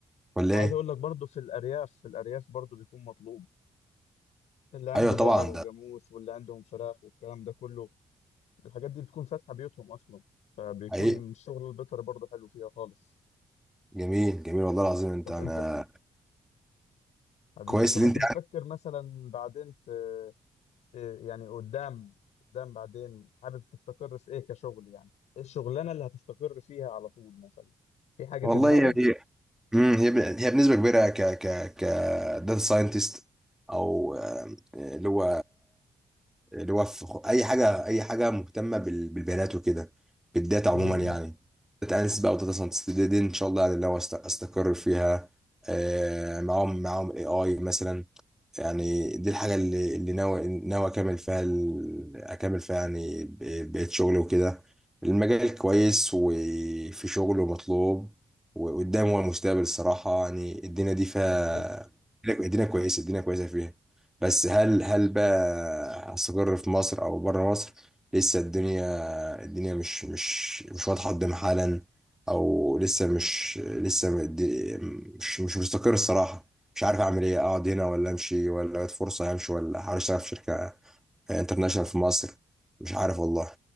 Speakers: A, in the centre; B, on the left.
A: ولا
B: وعايز
A: ايه؟
B: اقول لك برضو في الارياف في الارياف برضو بيكون مطلوب اللي عنده
A: ايوه طبعا
B: بقر وجاموس
A: ده
B: واللي عندهم فراخ والكلام ده كله الحاجات دي بتكون فاتحه بيوتهم اصلا فبيكون
A: حقيقي
B: الشغل البيطري برضو حلو فيها خالص
A: جميل جميل والله العظيم انت
B: طب
A: انا
B: انت حبيبي
A: كويس
B: طب
A: اللي
B: انت
A: انت
B: بتفكر مثلا بعدين ت... ت- يعني قدام قدام بعدين حابب تستقر في ايه كشغل يعني ايه الشغلانه اللي هتستقر فيها على طول مثلا في حاجه
A: والله
B: في دماغك
A: هي هي مم، هي ب- هي بنسبه كبيره ك ك ك داتا ساينتست او آه، اللي هو اللي هو في خ- اي حاجه اي حاجه مهتمه بال- بالبيانات وكده بالداتا عموما
B: امم
A: يعني داتا اناليست بقى وداتا ساينتست دي, دي ان شاء الله يعني لو است- استقر فيها آه، معاهم معاهم اي اي مثلا يعني دي الحاجة اللي اللي ناوي ناوي أكمل فيها ال- أكمل فيها يعني ب- بقيت شغلي وكده المجال كويس وفي شغل ومطلوب وقدام هو المستقبل الصراحة يعني الدنيا دي فيها
B: بالظبط
A: الدنيا كويسة الدنيا كويسة فيها بس هل هل بقى هستقر في مصر أو بره مصر لسه الدنيا الدنيا مش مش مش واضحة قدام حالا أو لسه مش لسه مد- مش مش مستقر الصراحة مش عارف اعمل ايه اقعد هنا ولا امشي ولا جت فرصه همشي ولا احاول اشتغل في شركه انترناشونال في مصر مش عارف والله